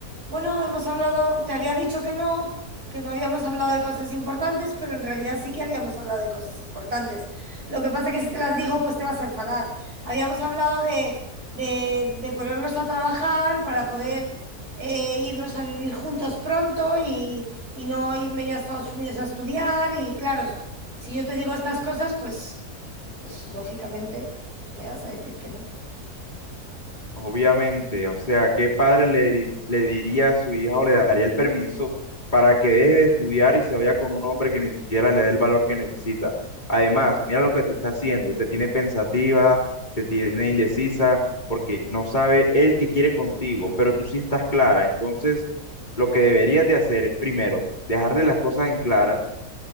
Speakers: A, on the right (about 75°); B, on the left (about 30°).
A: bueno, hemos hablado, te había dicho que no, que no habíamos hablado de cosas importantes, pero en realidad sí que habíamos hablado de cosas importantes. Lo que pasa es que si te las digo, pues te vas a enfadar. Habíamos hablado de, de- de ponernos a trabajar para poder eh, irnos a vivir juntos pronto y, y no irme yo a Estados Unidos a estudiar y claro, si yo te digo estas cosas, pues... Pues lógicamente me vas a decir que no.
B: Obviamente, o sea, ¿qué padre le, di- le diría a su hija o le daría el permiso para que deje de estudiar y se vaya con un hombre que ni siquiera le dé el valor que necesita? Además, mira lo que te está haciendo, te tiene pensativa, te tiene indecisa, porque no sabe él qué quiere contigo, pero tú sí estás clara. Entonces, lo que deberías de hacer es primero dejarle las cosas en claras